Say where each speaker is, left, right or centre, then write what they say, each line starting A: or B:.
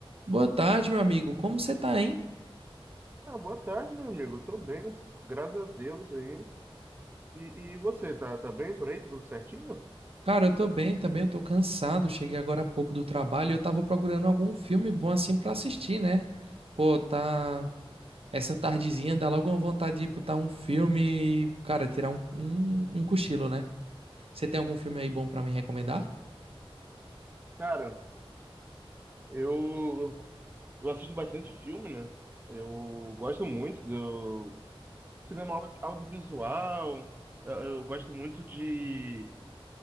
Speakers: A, on the right; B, on the right.
A: Boa tarde, meu amigo. Como você tá, hein?
B: Ah, boa tarde, meu amigo. Eu tô bem, graças a Deus aí. E, e você, tá, tá bem por aí? Tá tudo certinho?
A: Cara, eu tô bem também, eu tô cansado. Cheguei agora há pouco do trabalho e eu tava procurando algum filme bom assim pra assistir, né? Pô, tá. Essa tardezinha dá logo uma vontade de botar um filme e, cara, tirar um, um, um cochilo, né? Você tem algum filme aí bom pra me recomendar?
B: Cara, eu, eu assisto bastante filme, né? Eu gosto muito do cinema audio- audiovisual. Eu, eu gosto muito de